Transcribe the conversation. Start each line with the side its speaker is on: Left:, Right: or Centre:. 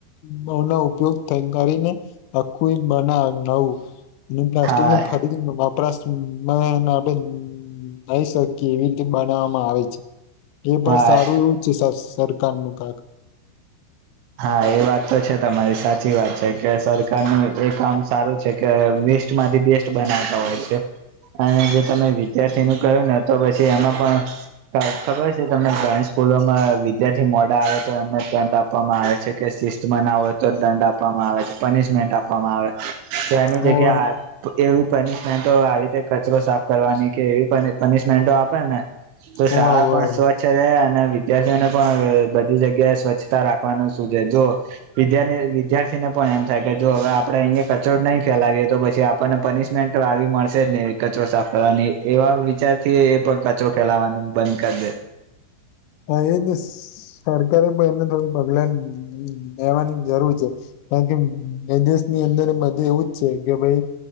Left: બ ના ઉપયોગ કરીને આખું બના નવું અને પ્લાસ્ટિકને
Right: હા
Left: ફરીથી પ્રશ્ન આપણેઈ શકીએ એવી રીતે બનાવવામાં આવે છે એ પણ
Right: હા
Left: સારું એવું જ છે સરકારનું ક
Right: હા એ વાત તો છે તમારી સાચી વાત છે કે સરકારનું એ કામ સારું છે કે બેસ્ટ માંથી બેસ્ટ બનાવતા હોય છે અને જો તમે વિદ્યાર્થી ન કર્યું ને તો પછી એમાં પણ ખબર છે તમને ઘણી સ્કૂલોમાં વિદ્યાર્થી મોડા આવે તો એમને ત્યા આપવામાં આવે છે કે શિસ્તમાં ના હોય તો દંડ આપવામાં આવે છે પનિશમેન્ટ આપવામાં આવે તેની જગ્યા
Left: હોવે
Right: એવી પનિશમેન્ટો આવી છે કચરો સાફ કરવાની કે એવી પનિશમેન્ટો આપે ને તો
Left: હોવે
Right: શાળા
Left: હોવે
Right: પણ સ્વચ્છ રહે અને વિદ્યાર્થીઓને પણ બધી જગ્યાએ સ્વચ્છ રાખવાનું શ છે જો વિાર વિદ્યાર્થીને પણ એમ થાય કે જો હવે આપડે અહીંયા કચોડ નહી લ તો પછી આપણને પનિશમેન્ટ આવી મળશે જ નને કચરો સાફ કરવાની એવા વિચાર થી પણ કચરો ફેલાવાનું બંધ કરી દે
Left: હા એજ સરકારે પણ એમને થોડું પગલા લેવાની જરૂર છે કારણ કે એ દેશની અંદર મધ એવું જ છે કે ભાઈ